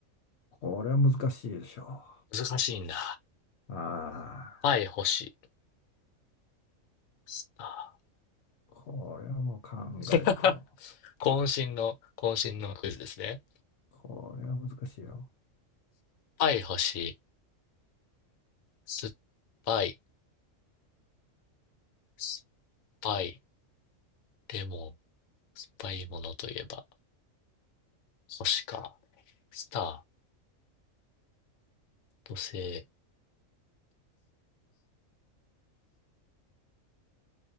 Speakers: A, on the left (about 60°); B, on the left (about 85°).
A: これは難しいでしょ
B: 難しいんだ。
A: う。ああ、
B: パイ星。あ
A: これはもう考えても、
B: ー <laughs> 渾身の、渾身のクイズですね。
A: これは難しいよ。
B: パイ星、酸っぱい、酸っぱい、レモン、酸っぱいものといえば、星か。スター、土星。